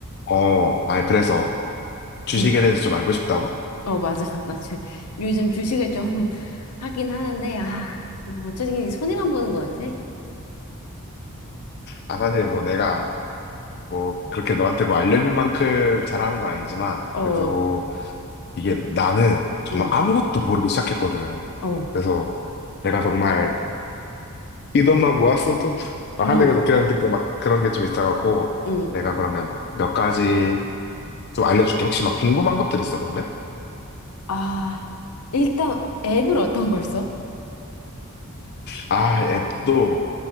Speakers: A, on the left; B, on the left.
A: 어, 아니, 그래서 주식에
B: 응.
A: 대해서 좀 알고 싶다고?
B: 어, 맞아. <laughs> 나 주, 요즘 주식을 좀 <laughs> 하긴 하는데, 아, 어쨌든 손해만 보는 것 같아.
A: 아, 사실 뭐 내가 뭐 그렇게 너한테 뭐 알려줄 만큼 잘하는 건 아니지만,
B: 어,
A: 그래도 이게 나는 정말
B: 응,
A: 아무것도 모르고 시작했거든.
B: 어,
A: 그래서 내가 정말 이 돈만 모았어도 <laughs> 막
B: 어,
A: 하는 그런, 그- 막 그런 게 좀 있어갖고,
B: 응.
A: 내가 그러면 몇, 몇 가지 좀 알려줄게. 혹시 막 궁금한 것들 있어, 그러면?
B: 아, 일단 앱을 어떤 걸 써?
A: 아, 앱도